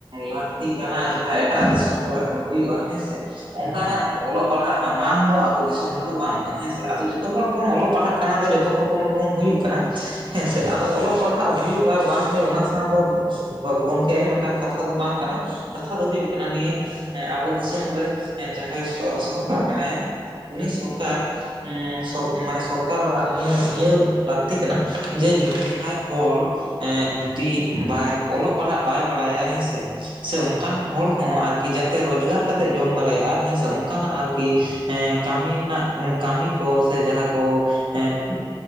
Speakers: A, on the right; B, on the left.
A: ᱞᱟᱹᱠᱛᱤ ᱠᱟᱱᱟ <unintelligible> ᱮᱴᱟᱜ ᱫᱤᱥᱚᱢ ᱠᱚ ᱨᱮᱜ ᱠᱚ ᱦᱩᱭᱩᱜ-ᱟ ᱦᱮᱸ ᱥᱮ ᱚᱝᱠᱟ
B: ᱦᱳᱭ ᱦᱳᱭ
A: ᱚᱞᱚᱜ ᱯᱟᱲᱦᱟᱜ ᱨᱮᱱᱟᱜ ᱢᱟᱱ ᱫᱚ ᱟᱵᱚ ᱫᱤᱥᱚᱢ ᱨᱮ ᱫᱚ ᱵᱟᱹᱱᱩᱜ-ᱟ ᱦᱮᱸ ᱥᱮ ᱟᱫᱚ ᱡᱚᱛᱚ ᱦᱚᱲ ᱵᱚᱱ ᱚᱞᱚᱜ ᱯᱟᱲᱦᱟᱜ ᱠᱟᱱᱟ ᱫᱚ ᱡᱚᱛᱚ ᱦᱚᱲ ᱵᱚᱱ <inaudible> ᱦᱩᱭᱩᱜ ᱠᱟᱱᱟ ᱦᱮᱸ ᱥᱮ ᱟᱫᱚ ᱚᱞᱚᱜ ᱯᱟᱲᱦᱟᱜ ᱦᱩᱭᱩᱜ ᱟᱨ ᱵᱟᱝ ᱦᱩᱭᱩᱜ ᱚᱱᱟ ᱥᱟᱣ ᱫᱚ <inaudible> ᱜᱚ ᱜᱚᱝᱠᱮ ᱢᱮᱴᱟᱱ ᱠᱟᱛᱷᱟ ᱫᱚ ᱵᱟᱝ ᱠᱟᱱᱟ ᱠᱟᱛᱷᱟ ᱫᱚ ᱦᱩᱭᱩᱜ ᱱᱤᱭᱟᱹ ᱮᱸᱜ ᱟᱵᱚ ᱫᱤᱥᱚᱢ ᱨᱮ ᱮᱸᱜ ᱡᱟᱦᱟᱸᱭ ᱥᱚ ᱥᱚᱨᱠᱟᱨ ᱢᱮᱱᱟᱭᱟ ᱩᱱᱤ ᱥᱚᱨᱠᱟᱨ ᱮᱸᱜ ᱥᱚ ᱢᱟᱱᱮ ᱥᱚᱨᱠᱟᱨ ᱦᱚᱲᱟᱜ ᱱᱤᱭᱟᱹ ᱤᱭᱟᱹ ᱞᱟᱹᱠᱛᱤ ᱠᱟᱱᱟ ᱡᱮ ᱡᱩᱫᱤ ᱡᱟᱦᱟᱸᱭ ᱦᱚᱲ ᱮᱸᱜ ᱡᱩᱫᱤ ᱵᱟᱭ ᱚᱞᱚᱜ ᱯᱟᱲᱦᱟᱜ ᱵᱟᱭ ᱵᱟᱲᱟᱭᱟ ᱦᱮᱸ ᱥᱮ, ᱥᱮ ᱚᱝᱠᱟᱱ
B: ᱦᱳᱭ ᱦᱳᱭ
A: ᱦᱚᱲ ᱦᱚᱸ ᱟᱨᱠᱤ ᱡᱟᱛᱮ ᱨᱚᱡᱽᱜᱟᱨ ᱠᱟᱛᱮ ᱡᱚᱢ ᱫᱟᱲᱮᱭᱟᱜ-ᱟ ᱦᱮᱸ ᱥᱮ ᱚᱝᱠᱟ ᱱᱟᱜ ᱟᱨᱠᱤ ᱠᱟᱹᱢᱤ ᱱᱟᱜ ᱠᱟᱹᱢᱤ ᱠᱚ ᱥᱮ ᱡᱟᱦᱟᱸ ᱠᱚ ᱦᱮᱸ